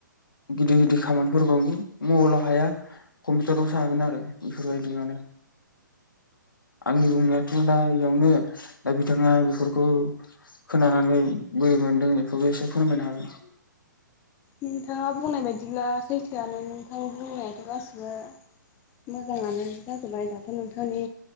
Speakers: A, on the left; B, on the left.
A: गिदिर गिदिर खामानिफोरखौ मबाइलाव हाया कम्पिउटाराव- सो हागोन आरो बेफोरबायदि माने। आंनि बुंनायाथ' दा इयावनो दा बिथाङा बेफोरखौ खोनानानै बोरै मोनदों बेखौबो एसे फोरमायनो हागोन।
B: नोंथाङा बुंनाय बायदिब्ला सैथोआनो नोंथां बुंनायाथ' गासिबो मोजाङानो जाजोब्बाय दाथ' नोंथांनि